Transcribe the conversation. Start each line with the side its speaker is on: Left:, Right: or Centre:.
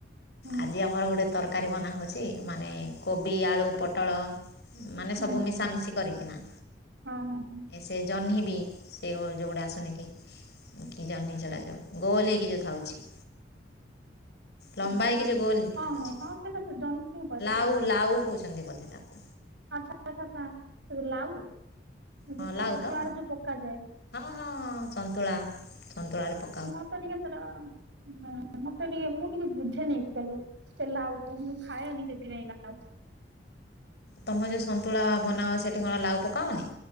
Right: ହୁଁ
Left: ଆଜି ଆମର ଗୋଟେ ତର ତରକାରୀ ବନା ହୋଉଛି ମାନେ କୋବି ଆଳୁ ପୋଟଳ ମାନେ
Right: ହୁଁ
Left: ସବୁ ମିଶାମିଶି କରି କି ନା।
Right: ହଁ ହଁ ହଁ।
Left: ସେ ଜହ୍ନି ବି ସେ ଯେଉଁଗୁଡ଼ା ଆସୁନି କି କି ଜହ୍ନି ଚଡ଼ାଯାଉ। ଗୋଲ ହେଇକି ଯେଉଁ ଥାଉଛି।
Right: ହୁଁ
Left: ଲମ୍ବା ହେଇକି ଯେଉଁ ଗୋଲ ହେଇକି
Right: ହଁ
Left: ଥାଉଛି
Right: ହଁ ହଁ ସେଟା ତ ଜହ୍ନି କୁହାଯାଏ।
Left: ଲାଉ ଲାଉ କହୁଛନ୍ତି ବୋଧେ ତାକୁ
Right: ଆଛା ଆଛା ଛା ସେ ଲାଉ ଯୋଉ
Left: ହଁ
Right: ସନ୍ତୁଳାରେ
Left: ଲାଉ ତ।
Right: ଯୋଉ ପକାଯାଏ
Left: ହଁ ହଁ ହଁ ସନ୍ତୁଳା ସନ୍ତୁଳାରେ ପ
Right: ମତେ ଟିକେ ସେଟା ଉନ ମତେ ଟିକେ ମୁଁ ଟିକେ ବୁଝେ ନି ଅକ୍ଚୁଆଲି। ସେ ଲାଉ ତୁ ମୁଁ ଖାଏନି ସେଥିିରେ ଲାଉ।
Left: ତୁମେ ଯେଉଁ ସନ୍ତୁଳା ବନାଅ ସେଇଠି କଣ ଲାଉ ପକାଅନି।